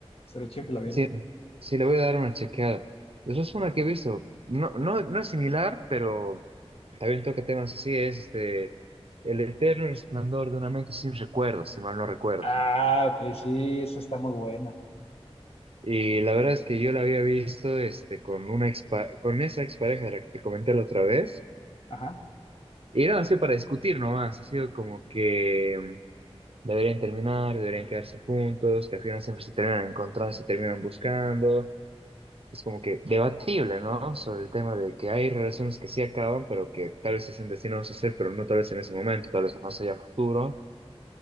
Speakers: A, on the left; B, on the right.
A: estaría chido
B: que
A: que la vieras.
B: sí, sí le voy a dar una chequeada. Esa es una que he visto. No, no, no es similar, pero también toca temas así, es este, El eterno resplandor de una mente sin recuerdos, si mal no recuerdo.
A: Ah, ok, sí, esa está muy buena.
B: Y la verdad es que yo la había visto este, con una expa- con esa expareja de la que te comenté la otra vez.
A: Ajá,
B: Y no, ha sido para discutir nomás. Ha sido como que mm, deberían terminar, deberían quedarse juntos, que al final siempre se terminan encontrando, se terminan buscando. Es como que debatible, ¿no? Sobre el tema de que hay relaciones que sí acaban, pero que tal vez se estén destinados a hacer, pero no tal vez en ese momento, tal vez más allá a futuro.